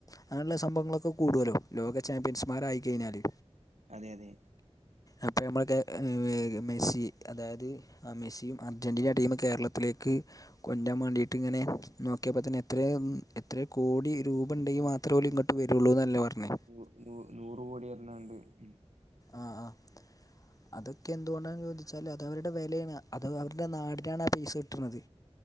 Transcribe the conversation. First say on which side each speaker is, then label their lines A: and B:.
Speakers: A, on the left; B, on the right.
A: അങ്ങനെയുള്ള
B: ഉം
A: സംഭവങ്ങളൊക്കെ
B: ഉം
A: കൂടലോ ലോക ചാമ്പ്യൻസ്മാരായി കഴിഞ്ഞാല്.
B: അതെ യതെ.
A: അപ്പൊ നമ്മളെ ക്കെ ഏഹ് മെസ്സ് ഇ അതായത് ആഹ് മെസിയും അർജന്റീന ടീം കേരളത്തിലേക്ക് കൊൻ്റ്രാൻ വേണ്ടിയിട്ട് ങ്ങനെ നോക്ക്യപ്പോത്തിന് എത്രോ <unintelligible> എത്രോകോടി രൂ പണ്ടെങ്കി
B: ആഹ്
A: മാത്രേ ഓല്
B: നൂ
A: ങ്ങോട്ട് വെരൊള്ളൂ ന്നല്ലേ പർഞ്ഞേ.
B: നൂ നൂ നൂറ് കോടി പർഞ്ഞാണ്ട് ഉം
A: ആഹ് ആഹ്. അതൊക്കെ എന്ത്കൊണ്ടാെന്ന് ചോദിച്ചാല് അത് അവരുടെ വെലെണ് അത് അവര്ടെ നാടിനാണ പൈസ കിട്ട്ന്നത്.